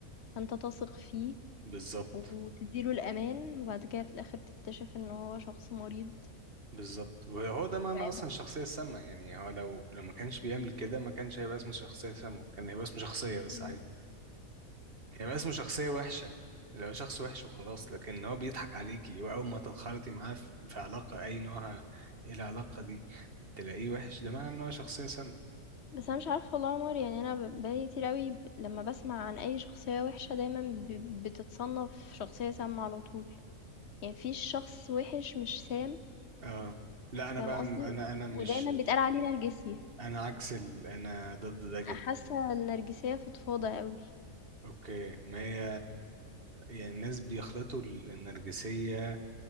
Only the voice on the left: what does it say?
فأنت تثق فيه
وتديله الأمان وبعد كده في الآخر تكتشف إن هو شخص مريض
مرعبة
<laughs>
مم.
بس أنا مش عارفة والله يا عمر يعني أنا ب- بقالي كتير أوي ب- لما بسمع عن أي شخصية وحشة دايما ب- بتتصنف شخصية سامة على طول يعني مفيش شخص وحش مش سام
فاهم
قصدي
ودايما بيتقال عليه نرجسي
حاسة النرجسية فضفاضة أوي